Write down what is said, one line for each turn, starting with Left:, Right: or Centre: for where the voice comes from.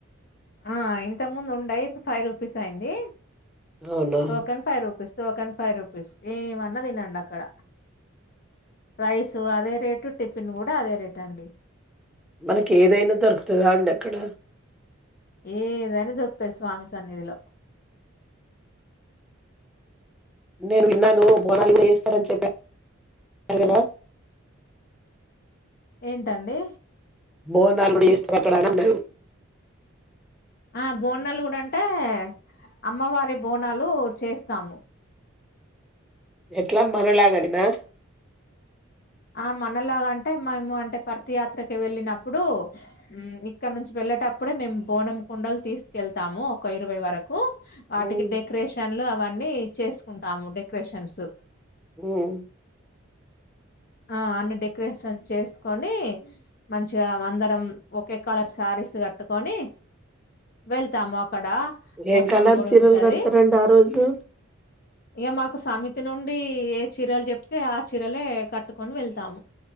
Left: ఆ ఇంతక్ ముందు ఉండయ్ ఇప్పుడు ఫైవ్ రూపీస్ అయింది
Centre: అవునా!
Left: Token five rupees token five rupees ఏమన్నా తినండి అక్ అక్కడ రైసు అదే రేటు టిఫిన్ కూడా అదే రేట్ అండి
Centre: మనకి ఏదైనా దొరుకుతదా అండి అక్కడ
Left: ఏదైనా దొరుకుతాది స్వామి సన్నిధిలో
Centre: నేన్ విన్నాను బోనాలు కూడా చేస్తారని చెప్పాను కదా
Left: ఏంటండి
Centre: బోనాలు కూడా చేస్తారు అక్కడ అని అన్నారు
Left: ఆ బోనాలు గుడా అంటే అమ్మవారి బోనాలు చేస్తాము
Centre: ఎట్లా మనలాగానేనా?
Left: ఆ మన్ మనలాగాంటే మేము అంటే పర్తియాత్రకి వెళ్ళినప్పుడు మ్ ఇక్కడ్ నుంచి వెళ్ళటప్పుడే మేం బోనం కుండలు తీసుకెళ్తాము ఒక ఇరవై వరకు వాటికి
Centre: ఉమ్,
Left: డెకరేషన్లు అవన్నీ చేసుకుంటాము డెకరేషన్స్
Centre: ఉమ్
Left: ఆ అన్ని డెకరేషన్ చేసుకొని మంచిగా అందరం ఒకే కలర్ శారీస్ కట్ కట్టుకని వెళ్తాము అక్ క్కడ పోచమ్మ
Centre: ఏం కలర్
Left: గుడి
Centre: చీరలు
Left: ఉంటది
Centre: కడతారండి ఆ రోజు
Left: ఇగా మాకు సమి తి నుండి ఏ చీరలు చెప్తే ఆ చీరలే కట్టుకొని వెళ్తాము